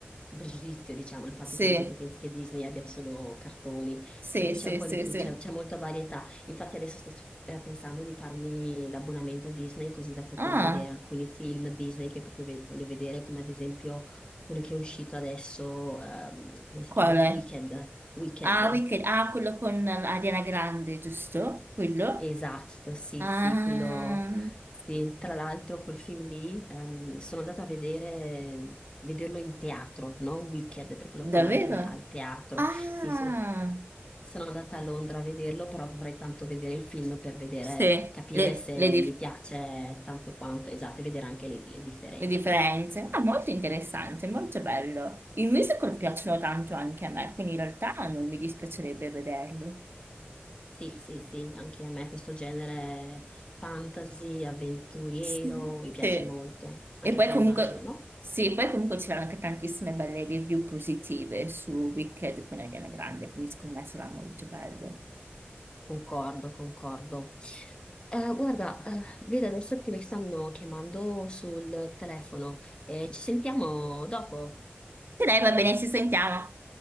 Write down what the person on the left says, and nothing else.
un pregiudizio, diciamo, il fatto
che la gente pensi che Disney abbia solo cartoni,
perché c'è
un po'
di tutto,
c'è c'è molta varietà. Infatti adesso sto eh, pensando di farmi l'abbonamento a Disney così da poter
vedere alcuni film Disney che proprio ve- voglio vedere, come ad esempio quello che è uscito adesso, ehm, come si
chiama? Wicked.
Wicked.
Esatto, sì,
sì, quello, sì. Tra l'altro quel film lì ehm, sono andata a vedere, vederlo in teatro, non Wicked, perché lo
fanno anche al teatro.
Sì, sono, sono andata a Londra a vederlo, però vorrei tanto vedere il film per vedere,
capire
se
mi piace tanto quanto, esatto, e vedere anche le, le differenze.
Sì,
sì, sì, sì, anche a me questo genere fantasy, avventuriero,
mi piace
molto. Anche
a te
immagino, no?
Concordo, concordo. Eh, guarda, eh, vedo adesso che mi stanno chiamando sul telefono. Eh, ci sentiamo dopo.